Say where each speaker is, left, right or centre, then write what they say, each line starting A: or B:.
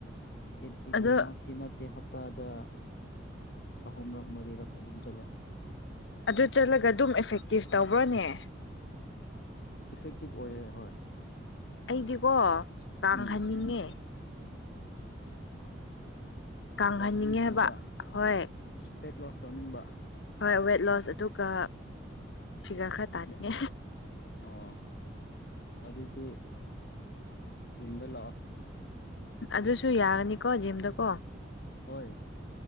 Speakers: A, on the left (about 55°); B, on the left (about 70°).
A: ꯑꯦꯕ꯭ꯔꯤꯗꯦꯃꯛꯇꯤ
B: ꯑꯗꯣ
A: ꯅꯠꯇꯦ ꯍꯞꯇꯥꯗ ꯑꯍꯨꯝꯔꯛ ꯃꯔꯤꯔꯛ ꯑꯗꯨꯝ ꯆꯠꯂꯦ
B: ꯑꯗꯨ ꯆꯠꯂꯒ ꯑꯗꯨꯝ ꯏꯐꯦꯛꯇꯤꯞ ꯇꯧꯕ꯭ꯔꯥꯅꯦ
A: ꯏꯐꯦꯛꯇꯤꯚ ꯑꯣꯏꯌꯦꯦ ꯍꯣꯏ
B: ꯑꯩꯗꯤꯀꯣ ꯇꯍꯟꯅꯤꯡꯉꯦ
A: ꯎꯝ
B: ꯀꯥꯡꯍꯟꯅꯤꯡꯉꯦ
A: ꯀꯪꯍꯟꯅꯤꯡꯉꯦꯕ
B: ꯍꯥꯏꯕ ꯍꯣꯏ
A: ꯄꯦꯠ ꯂꯣꯁ ꯇꯧꯅꯤꯡꯕ
B: ꯍꯣꯏ ꯋꯦꯠ ꯂꯣꯁ ꯑꯗꯨꯒ ꯐꯤꯒꯔ ꯈꯔ ꯇꯥꯅꯤꯡꯉꯦ
A: ꯑꯣ ꯑꯗꯨꯗꯤ ꯗ ꯂꯥꯛꯑꯣ
B: ꯑꯗꯨꯁꯨ ꯌꯥꯒꯅꯤꯀꯣ ꯖꯤꯝꯗꯀꯣ
A: ꯍꯣꯏ